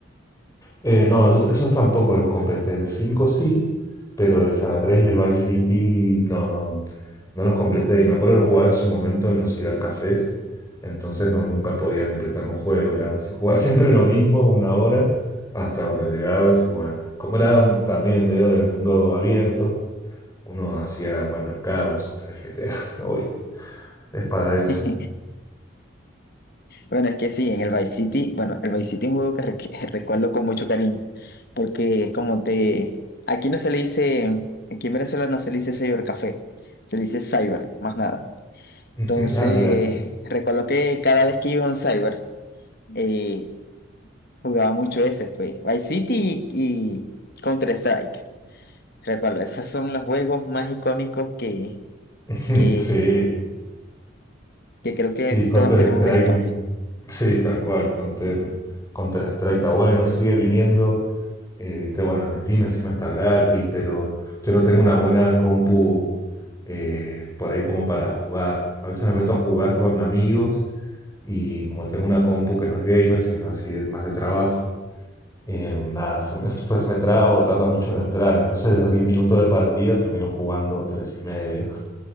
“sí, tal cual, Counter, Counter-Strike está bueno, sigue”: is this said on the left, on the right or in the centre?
Left